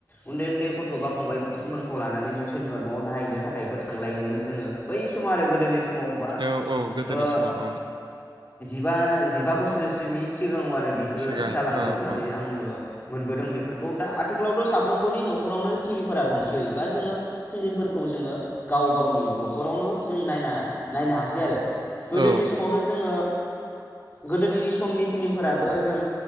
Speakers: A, on the left; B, on the right.
A: उन्दै उन्दै गथ' बा फंबायमोनखौ लानानै जों सोरनिबा न'आव नायहैनो थाखायबो थांलायोमोन जोङो बै समाव आरो गोदोनि समाव बा
B: औ औ गोदोनि
A: ओ
B: समाव औ
A: जिबा जिबा बोसोरसोनि सिगाङाव आरो ओमफ्राय बेफोरो
B: सिगां
A: जालांदों
B: औ
A: माने
B: औ
A: आंबो मोनबोदों बेफोरखौ दा आथिखालावथ' साफ्रोमबोनि न'खरावनो टिभिफोरा दंसै बा जोङो फिलिमफोरखौ जोङो गाव गावनि न'खरावनो जों नायना नायनो हासै आरो। गोदोनि
B: औ
A: समावथ' जोङो गोदोनि समनि फिलिमफोराबो जों